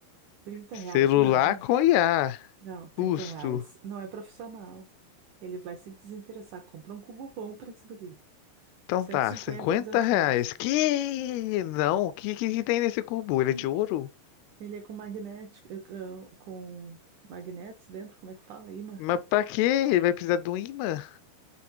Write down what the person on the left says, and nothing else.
Celular
com IA,
custo.
Então
tá,
cinquenta
reais.
Que? Não, o que, que que tem nesse cubo? Ele
é de ouro?
Mas pra quê? Ele vai precisar do ímã?